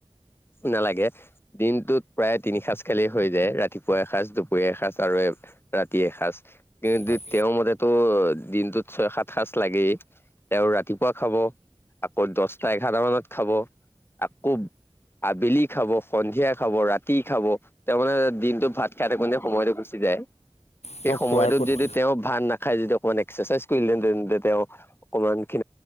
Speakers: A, on the left; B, on the left.
A: নালাগে দিনটোত প্ৰায় তিনি সাঁজ খালি হৈ যায় ৰাতিপুৱা এসাঁজ দুপৰীয়া এসাঁজ আৰু ৰাতিয় এসাঁজ, কিন্তু
B: হয়
A: তেওঁৰ মতেতটো দিনটোত ছয়, সাত সাঁজ লাগেই তেওঁ ৰাতিপুৱা খাব। আকৌ দহটা এঘাৰ মানত খাব আকৌ আবেলি খাব সন্ধিয়া। খাব ৰাতি খাব তাৰ মানে দিনটো ভাত খাই থাকোঁতে সময়টো গুচি যায়। সেই
B: তেওঁ
A: সময়তত
B: খোৱাৰ প্ৰতি
A: যদি তেওঁ ভাত নাখাই যদি অকণমান এক্সাৰচাইজ কৰিলেহেতেন, তেওঁ অকনমান খী